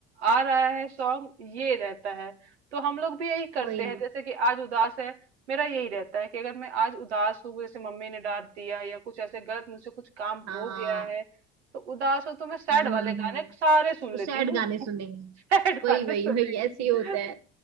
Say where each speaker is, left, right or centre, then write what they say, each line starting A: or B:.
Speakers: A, on the right (about 80°); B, on the right (about 50°).
A: आ रहा है सॉन्ग ये रहता है तो हम लोग भी यही करते
B: वही
A: हैं जैसे कि आज उदास है मेरा यही रहता है कि अगर मैं आज उदास हूँ जैसे मम्मी ने डांट दिया या कुछ ऐसे गलत मुझसे कुछ काम
B: हाँ
A: हो गया है तो उदास हो तो मैं सैड
B: हम्म
A: वाले गाने
B: हम्म
A: सारे सुन
B: तो सैड
A: लेती हूँ
B: गाने सुनेंगे
A: <laughs> सैड
B: वही
A: गाने
B: वही
A: सुनेंगे
B: वही ऐसे ही होता
A: <laughs>
B: है